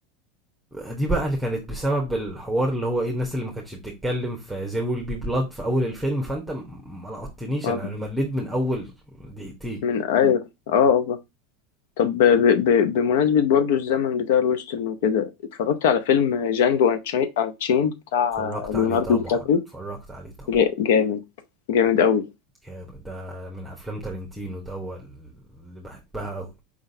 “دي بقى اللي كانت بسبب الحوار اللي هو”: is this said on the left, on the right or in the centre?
Centre